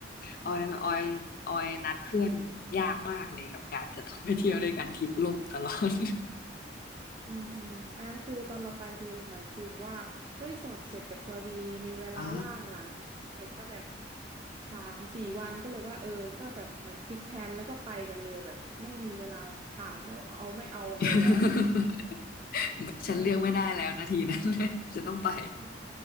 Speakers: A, on the right; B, on the left.
A: ใช่
B: ออยออยออยนัดเพื่อนยากมากเลยกับการจะต้องไปเที่ยวด้วยกันทริปล่มตลอด
A: อืมอืมอันนั้นคือตอนเราไปคือเหมือนฟีลว่าเฮ้ยสอบเสร็จกับพอดีมีเวลาว่างหลังเสร็จสักแบบ
B: <laughs> อ๋อ
A: สามสี่วันก็เลยว่าเออก็แบบเหมือนคิดแผนแล้วก็ไปกันเลยแบบไม่มีเวลาถามว่าเอาไม่เอาอะไรแบบเนี้ย
B: <laughs>
A: <laughs>
B: เหมือนฉันเลือกไม่ได้แล้วนาทีนั้น
A: ใช่ค่ะ
B: <laughs> ฉันต้องไป
A: ใช่